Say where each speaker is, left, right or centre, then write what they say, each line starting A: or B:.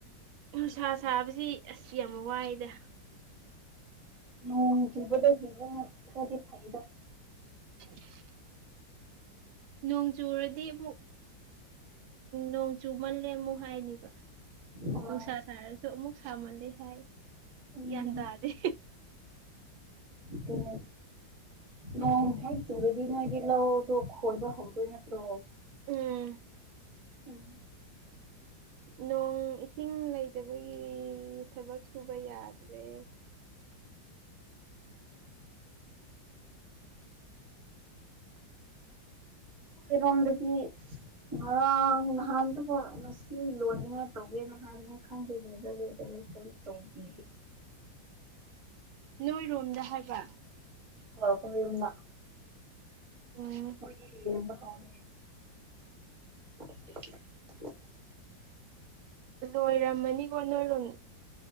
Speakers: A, on the right; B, on the right.
A: ꯎꯅꯨꯡꯁꯥ ꯁꯥꯕꯁꯤ ꯑꯁ ꯌꯥꯝ ꯋꯥꯏꯗ
B: ꯅ ꯌꯨꯕꯗꯗꯒꯤ ꯌꯦꯁꯗꯤ ꯐꯥꯏꯗ
A: <inaudible> ꯅꯣꯡꯖꯨꯔꯗꯤ ꯑꯃꯨꯛ ꯅꯣꯡꯖꯨ ꯃꯜꯂꯦ ꯑꯃꯨꯛ ꯍꯥꯏꯅꯤꯕ
B: ꯍꯣꯏ
A: ꯅꯨꯡꯁꯥ ꯁꯥꯔꯁꯨ ꯑꯃꯨꯛ ꯁꯥꯃꯜꯂꯤ ꯍꯥꯏ
B: ꯎꯝ
A: ꯒ꯭ꯌꯥꯟ ꯇꯥꯗꯦ
B: ꯆꯂ ꯅ ꯏ ꯊ ꯆꯨꯔꯗꯤ ꯅꯒꯂ ꯈꯣꯜꯕ ꯍꯧꯗꯣꯏ ꯅꯠꯇ꯭ꯔꯣ
A: ꯎꯝ
B: ꯎꯝ
A: ꯅꯣꯡ ꯏꯁꯤꯡ ꯂꯩꯇꯕꯒꯤ ꯊꯕꯛ ꯁꯨꯕ ꯌꯥꯗ꯭ꯔꯦ
B: ꯑꯩꯣꯏꯔꯣꯝꯗꯗꯤ ꯉꯔꯥꯡ ꯅꯍꯥꯟꯗꯣ ꯉ ꯂꯣꯏꯅꯤꯉꯥꯏ ꯇꯧꯒꯦ ꯅꯍꯥꯟ ꯈꯪꯗꯦꯗꯗ ꯂꯣꯏꯗꯕ ꯐ ꯇꯣꯡꯝ ꯄꯤ
A: ꯅꯣꯏꯔꯣꯝꯗ ꯍꯥꯏꯕ
B: ꯍꯥꯎ ꯀ ꯑꯣꯏꯔꯝꯗ
A: ꯎꯝ
B: ꯎꯔꯤꯦꯝꯕ ꯍꯥꯎꯅꯦꯦ <inaudible>
A: ꯂꯣꯏꯔꯝꯃꯅꯤꯀꯣ ꯅꯣꯏꯔꯣꯝ